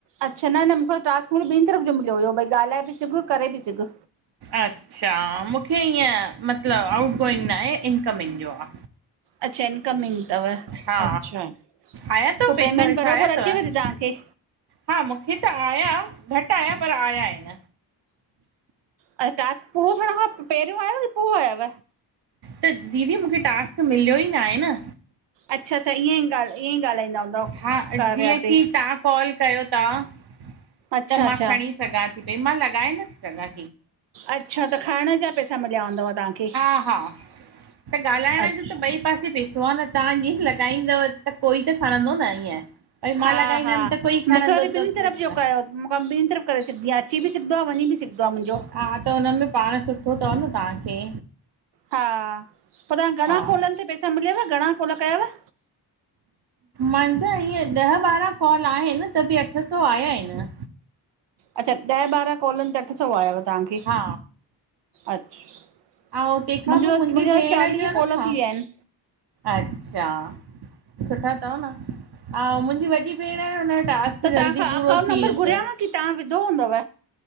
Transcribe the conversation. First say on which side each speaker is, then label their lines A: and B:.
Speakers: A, on the right; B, on the right.
A: अच्छा न न मूंखे टास्क ॿिन तरफ़ जो मिलियो हुयो भई ॻालाए भी सघ करे भी सघ।
B: अच्छा मूंखे ईअं मतलब आउट गोइंग जो नाए इनकमिंग जो आ।
A: अच्छा इनकमिंग थव
B: हा
A: अच्छा
B: आया अथव
A: पो
B: पैसा
A: पेमेंट
B: वैसा
A: बरोबर
B: आया अथव
A: अचेव थी तां खे?
B: हा मूंखे त आया, घट आया पर आया आहिन
A: अच्छा टास्क शुरु थियण खां पहरियो आयव की पो आयव?
B: त दीदी मूंखे टास्क मिलियो ई नाए न
A: अच्छा त ईअं ई ॻाल, ईअं ई ॻालाईंदा हूंदव
B: हा
A: कारिया
B: जीअं
A: ते।
B: की तव्हां कॉल कयो तां
A: अच्छा
B: त
A: अच्छा
B: मा खणी सघां थी, पई मां लॻाए नथी सघां
A: अच्छा त खरण जा पैसा मिलिया हूंदव तां खे
B: हा हा त ॻालाइण
A: अच्छा
B: जो त ॿई पासे पो न तां जीअं लॻाईंदव त कोई त खणंदो न ईअं। भई मां
A: हा
B: लॻाईंदमि
A: हा
B: त कोई खणंदो
A: मूंखे वरी
B: त
A: ॿिनी तरफ़ जो कयो। मूंख ॿिनी तरफ़ करे सघदी आ। अची भी सघदो आ, वञी भी सघदो आ मुंजो।
B: हा त हुन में पाण सुठो थव न तखे
A: हा, पो तां खे घणा
B: हा
A: कॉल ते पैसा मिलियव, घणा कॉल कयव?
B: मंजा इअं ॾह ॿारां कॉल आहिन त भी अठ सौ आया आहिन।
A: अच्छा ॾह ॿारनि कॉलनि जा अठ सौ आयव। तव्हांखे
B: हा।
A: अच्छा
B: अउं तंहिं खां
A: मुंहिंजो
B: पो मुंहिंजी
A: मुंहिंजा
B: भेण
A: चालीह
B: जो न
A: कॉल
B: हा
A: थी विया आहिनि
B: अच्छा सुठा थव न अउं मुंहिंजी वॾी भेण उन टास्क
A: त तव्हांखां
B: जल्दी पूरो
A: अकाउंट
B: थी
A: नंबर
B: वियुस।
A: घुरियांव की तां विधो हूंदव